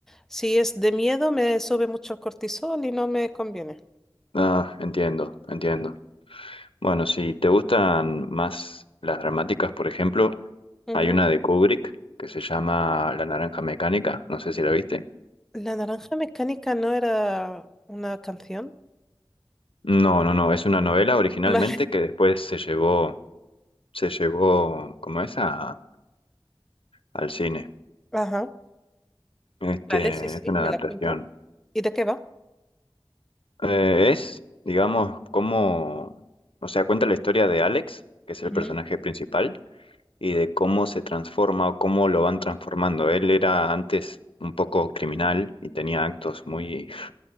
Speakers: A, in the centre; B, on the left (about 85°).
A: Si es de miedo, me sube mucho el cortisol y no me conviene.
B: Ah, entiendo, entiendo. Bueno, si te gustan más las dramáticas, por ejemplo,
A: Ujú.
B: hay una de Kubrick que se llama La Naranja Mecánica, no sé si la viste.
A: La naranja mecánica no era una canción.
B: No, no, no, es una novela originalmente
A: <laughs> Vale.
B: que después se llevó, se llevó, ¿cómo es? A- al cine.
A: Ajá.
B: Este,
A: Vale, sí, sí,
B: es una
A: me
B: adaptación.
A: la apunto. ¿Y de qué va?
B: Eh, es, digamos, como, o sea, cuenta la historia de Alex, que es
A: Ujú.
B: el personaje principal, y de cómo se transforma o cómo lo van transformando. Él era antes un poco criminal y tenía actos muy,